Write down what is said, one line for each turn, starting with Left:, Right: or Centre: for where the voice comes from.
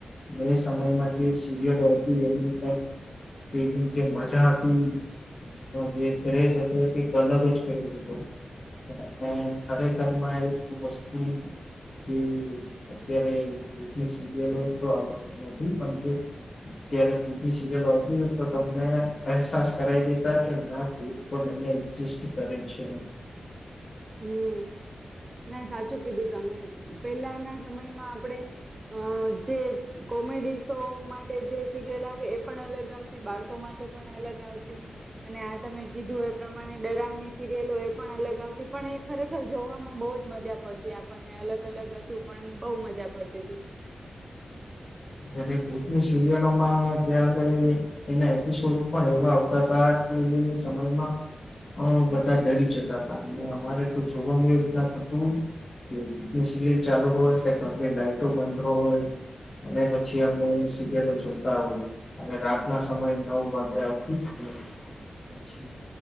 Left: મે સમયમાં જે સિરિયલો હતી એની એની જે મજા હતી એનો જે ક્રેઝ હતો એક અલગ જ ક્રેઝ હતો. ત ખરેખરમાં એક વસ્તુ કે અત્યારે ભૂૂતની સિરયલો તો આવતી નથી પણ્યારે ભૂતની સિરિયલો આવતી નથી. તો તમને અહેસાસ કરાઈ દેતા કે ના ભૂત પણ અહીં એક્જસ્ટ કરે છે.
Right: હમ ના સાચું કીધું તમે પેલાના સમયમાં આપણેે અ જે કોમેડી શો માટે જે સિરિયલ આવે એ પણ અલગ આવતી બાળકો માટે પણ અલગ આવતી અને આ તમે કીધું એ પ્રમાણે ડરાવની સિરિયલો પણ અલગ આવતી પણ એ ખરેખર જોવામાં બહુ જ મજા પડતી આપણને અલગ અલગ હતું પણ બહુ મજા પડતી હતી.
Left: ત્યારે ભુતની સિરિયલોમાં ત્યારે એના એપિસોડ પણ એવા આવતા હતા કે એ સમયમાં બધા ડરી જતા હતા. અને અમારે તો જોવાનું એ રીતના થતું કે ભુતની સિરિયલ ચાલુ હોય એટલે ઘરની લાઈટો બંધ હોય. અને પછી અમે સીરીયલો જોતા હોય અને રાતના સમય નવ વાગે આવતીએ. પછી